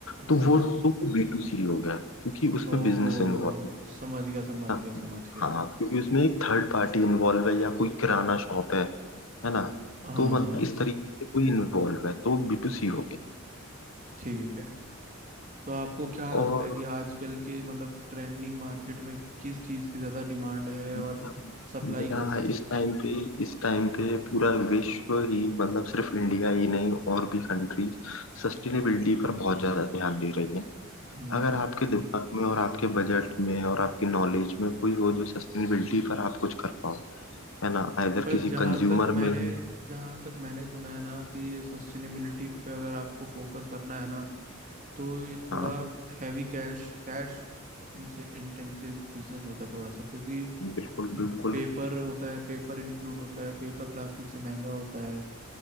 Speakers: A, on the right (about 40°); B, on the left (about 75°).
A: हाँ
B: तो वो तो बी टू सी हो गया क्योंकि उसमें
A: ओ
B: बिजनेस इन्वॉल्व
A: समझ गया समझ
B: है ना
A: गया समझ गया
B: हाँ क्योंकि उसमें एक थर्ड पार्टी इन्वॉल्व है या कोई किराना शॉप है है ना
A: हाँ
B: तो मतलब इस तरीके से कोई इन्वॉल्व है तो बी टू सी हो गया
A: ठीक है तो आपको क्या लगता
B: और
A: है कि आजकल के मतलब ट्रेंडिंग मार्केट में किस चीज़ की ज़्यादा डिमांड है
B: मेरा
A: और सप्लाई
B: मेरा
A: कम है
B: इस टाइम पे इस टाइम पे पूरा विश्व ही मतलब सिर्फ इंडिया ही नहीं और भी कंट्रीज सस्टेनेबिलिटी पर बहुत ज्यादा ध्यान दे रही हैं
A: हम्म
B: अगर आपके दिमाग में और आपके बजट में और आपकी नॉलेज में कोई हो जो सस्टेनेबिलिटी पर आप कुछ कर पाओ है ना आइदर
A: बस
B: किसी
A: जहाँ
B: कंज्यूमर
A: तक मैंने
B: में हो
A: जहाँ तक मैंने सुना है ना कि ये सस्टेनेबिलिटी पे अगर आपको फोकस करना है ना तो ये थोड़ा
B: हाँ
A: heavy cash cash intensive business होता है थोड़ा सा क्योंकि
B: बिल्कुल बिल्कुल
A: पेपर होता है पेपर इंक्लूड होता है पेपर प्लास्टिक से महंगा होता है